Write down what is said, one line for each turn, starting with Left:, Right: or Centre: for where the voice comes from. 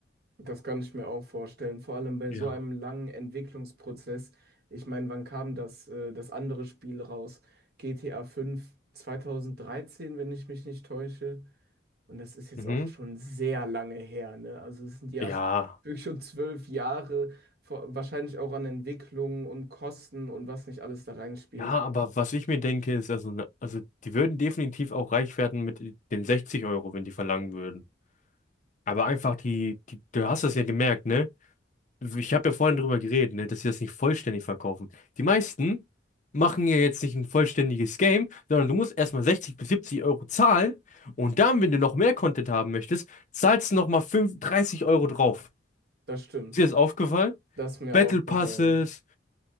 Right: Das kann ich mir auch vorstellen, vor allem bei
Left: Ja.
Right: so einem langen Entwicklungsprozess. Ich meine, wann kam das, äh, das andere Spiel raus? GTA 5 2013, wenn ich mich nicht täusche. Und das ist jetzt
Left: Mhm.
Right: auch schon sehr lange her, ne? Also es sind ja
Left: Ja.
Right: <laughs> wirklich schon zwölf Jahre, vor, wahrscheinlich auch an Entwicklung und Kosten und was nicht alles da reinspielt.
Left: Ja, aber was ich mir denke, ist, also, ne- also die würden definitiv auch reich werden mit den 60 Euro, wenn die verlangen würden. Aber einfach die, die, du hast das ja gemerkt, ne? Ich habe ja vorhin drüber geredet, ne, dass sie das nicht vollständig verkaufen. Die meisten machen ja jetzt nicht ein vollständiges Game, sondern du musst erstmal 60 bis 70 Euro zahlen und dann, wenn du noch mehr Content haben möchtest, zahlst du nochmal 30 Euro drauf.
Right: Das stimmt.
Left: Ist dir das aufgefallen?
Right: Das ist mir
Left: Battle
Right: aufgefallen.
Left: Passes,